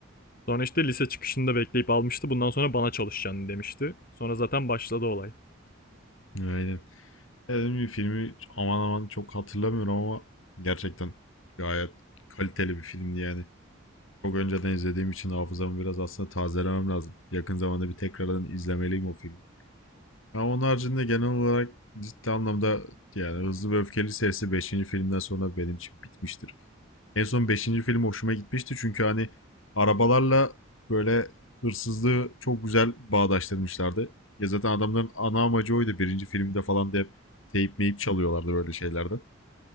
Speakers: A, on the left (about 45°); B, on the left (about 75°).
A: Sonra işte lise çıkışında bekleyip almıştı. Bundan sonra bana çalışacaksın demişti. Sonra zaten başladı olay.
B: Aynen. Ya Dediğim filmi aman aman çok hatırlamıyorum ama gerçekten gayet kaliteli bir filmdi yani. Çok önceden izlediğim için hafızamı biraz aslında tazelemem lazım. Yakın zamanda bir tekrardan izlemeliyim o filmi. Ama onun haricinde genel olarak ciddi anlamda yani Hızlı ve Öfkeli serisi beşinci filmden sonra benim için bitmiştir. En son beşinci film hoşuma gitmişti çünkü hani arabalarla böyle hırsızlığı çok güzel bağdaştırmışlardı. Ya zaten adamların ana amacı oydu birinci filmde falan diye hep teyip meyip çalıyorlardı böyle şeylerden.